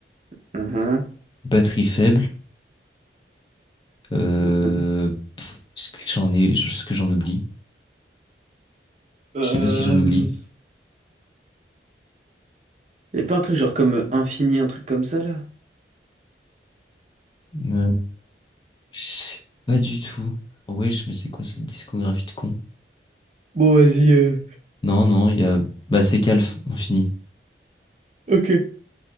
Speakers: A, on the right; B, on the left.
A: Mhm,
B: Batterie faible, Euh,
A: mhm.
B: pff, ce que j'en ai, ce que j'en oublie?
A: Euh...
B: Je sais pas si j'en oublie.
A: Y a pas un truc genre comme euh, Infini, un truc comme ça, là?
B: Euh, je sais pas du tout. Oh wesh, mais c'est quoi cette discographie de con?
A: Bon, vas-y. euh,
B: Non, non, il y a. Bah, c'est Calf, on finit.
A: Ok.